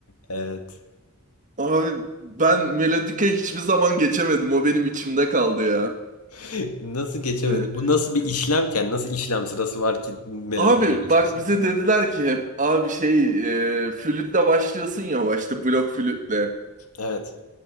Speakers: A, on the left; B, on the right.
A: Evet.
B: Abi ben melodika hiçbir zaman geçemedim. O benim içimde kaldı ya.
A: <laughs> Nasıl geçemedi?
B: Hani,
A: Bu nasıl bir işlemken, nasıl işlem sırası var ki melodiye
B: abi
A: geçesin?
B: bak bize dediler ki hep abi şey e, flütle başlıyorsun ya başta blok flütle.
A: Evet.